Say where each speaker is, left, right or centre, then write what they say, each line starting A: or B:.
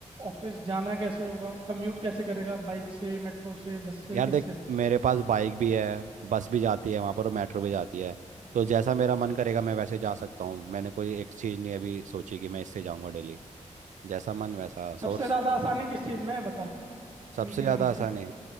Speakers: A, on the right; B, on the right.
A: ऑफिस जाना कैसे होगा कम्यूट कैसे करेगा बाइक से मेट्रो से बस से
B: यार
A: किससे
B: देख मेरे पास बाइक भी है बस भी जाती है वहाँ पर और मेट्रो भी जाती है तो जैसा मेरा मन करेगा मैं वैसे जा सकता हूँ मैंने कोई एक चीज़ नहीं अभी सोची कि मैं इससे जाऊँगा डेली जैसा मन वैसा सोर्स
A: सबसे ज़्यादा आसानी किस चीज़ में है बता
B: सबसे
A: इन तीनों
B: ज़्यादा
A: में
B: आसान
A: से
B: है